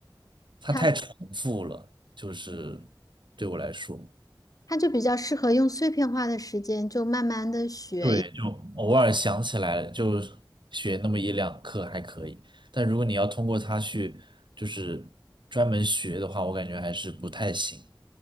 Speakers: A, on the right (about 65°); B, on the left (about 45°).
A: 它太重复了，
B: 它
A: 就是对我来说，
B: 它就比较适合用碎片化的时间，就慢慢的学。
A: 对，就偶尔想起来了就学那么一两课还可以，但如果你要通过它去就是专门学的话，我感觉还是不太行。